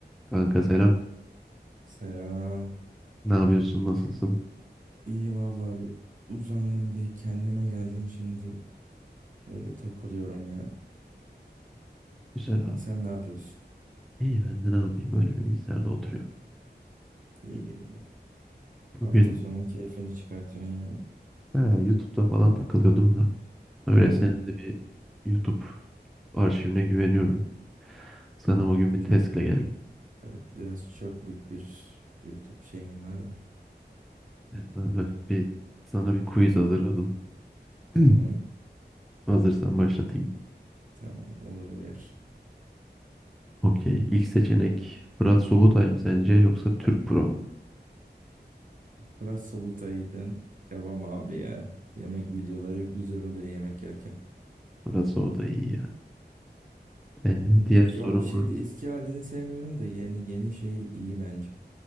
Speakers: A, in the centre; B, on the right.
A: Kanka selam.
B: Selam.
A: Ne yapıyorsun? Nasılsın?
B: İyi vallahi bir uzandım bir kendime geldim şimdi şöyle takılıyorum ya.
A: Güzel abi.
B: Sen ne yapıyorsun?
A: İyi ben de ne yapayım? Öyle bilgisayarda oturuyorum.
B: İyi iyi.
A: Bugün
B: Hafta sonu keyfini çıkartıyorsun yani.
A: ha, YouTube'da falan takılıyordum da. Öyle
B: Hı hı.
A: senin de bir YouTube arşivine güveniyorum. Sana bugün bir
B: Çok
A: testle geldim.
B: evet, biraz çöplük bir YouTube şeyim vardı.
A: Sana bir, sana bir quiz hazırladım.
B: Tamam
A: <clears throat> Hazırsan başlatayım.
B: tamam olur uyar.
A: Okey. İlk seçenek Fırat Sobutay mı sence yoksa Türk Pro mu?
B: Biraz Sobutay'dan devam abi ya. Yemek videoları güzel oluyor yemek yerken.
A: Fırat Sobutay iyi ya. Ee,
B: Yani,
A: diğer sorum
B: ya o şeyde eski halini sevmiyorum da yeni yeni şeyi iyi bence.